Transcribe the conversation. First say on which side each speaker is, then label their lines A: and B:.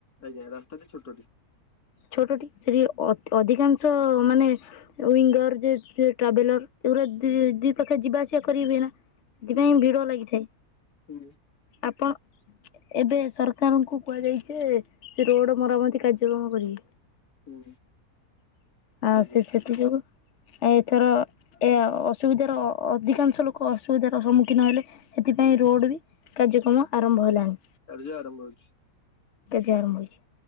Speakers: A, on the left (about 75°); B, on the left (about 55°).
A: ଆଜ୍ଞା ରାସ୍ତା ଛୋଟ ଟି
B: ଛୋଟଟି ସେଠି ଅଧିକାଂଶ ମାନେ ୱିଙ୍ଗର ଯେ ଟ୍ରାଭେଲର ଏଗୁଡା ଦି ପାଖେ ଯିବା ଆସିବା କରିବେ ନା ସେଥିପାଇଁ
A: ହୁଁ
B: ଭିଡ ଲାଗିଥାଏ
A: ହୁଁ
B: ଆପଣ ଏବେ ସରକାରଙ୍କୁ କୁହାଯାଇଛି ସେ ରୋଡ ମରାମତି କାର୍ଯ୍ୟକ୍ରମ କରିବି
A: ହୁଁ
B: ଆଉ
A: ଆଜ୍ଞା
B: ସେ ସେଥି ଯୋଗୁଁ ଆ ଏଥର ଏ ଅସୁବିଧାର ଅଧିକାଂଶ ଲୋକ ଅସୁବିଧ ର ସମ୍ମୁଖୀନ ହେଲେ ସେଥିପାଇଁ
A: ହୁଁ।
B: ରୋଡ ବି କାର୍ଯ୍ୟକ୍ରମ ଆରମ୍ଭ ହେଲାଣି
A: ଚାର୍ଯ୍ୟା ଆରମ୍ଭ ହଉଛି
B: ଜରମଛି